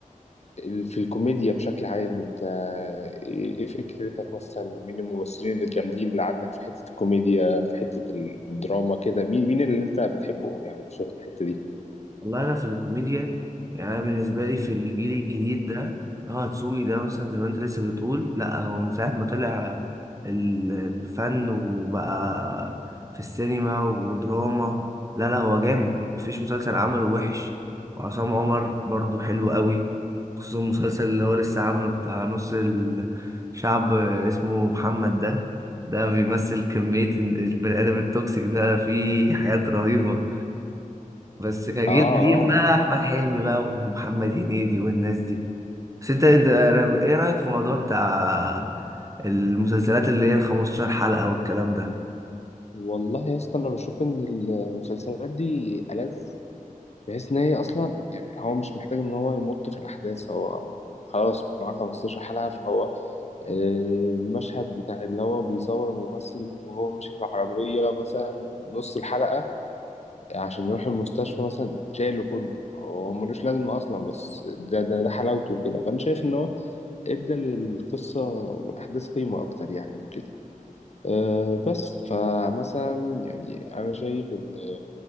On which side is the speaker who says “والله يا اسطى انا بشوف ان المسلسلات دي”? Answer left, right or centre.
Left